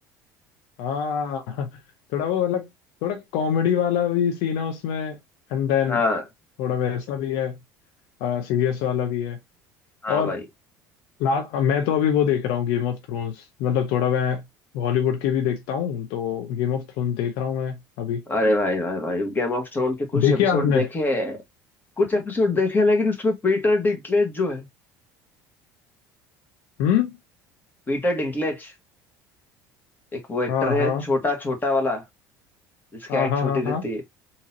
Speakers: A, on the left; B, on the left.
A: हाँ <laughs> थोड़ा वो मतलब थोड़ा कॉमेडी वाला भी सीन है उसमें एंड देन
B: हाँ
A: थोड़ा वैसा भी है सीरियस वाला भी है
B: हाँ
A: और
B: भाई
A: लास्ट मैं तो अभी वो देख रहा हूँ गेम ऑफ थ्रोन्स मतलब थोड़ा मैं हॉलीवुड के भी देखता हूँ तो गेम ऑफ थ्रोन्स देख रहा हूँ मैं अभी
B: अरे भाई भाई भाई गेम ऑफ थ्रोन के कुछ
A: देखिए
B: एपिसोड
A: आपने
B: देखे कुछ एपिसोड देखे लेकिन उसमें पीटर डिंकलेज जो है
A: हम्म
B: पीटर डिंकलेज एक वो एक्टर
A: हाँ
B: है
A: हाँ
B: छोटा छोटा वाला जिसकी
A: हाँ
B: हाइट
A: हाँ
B: छोटी
A: हाँ
B: रहती
A: हाँ
B: है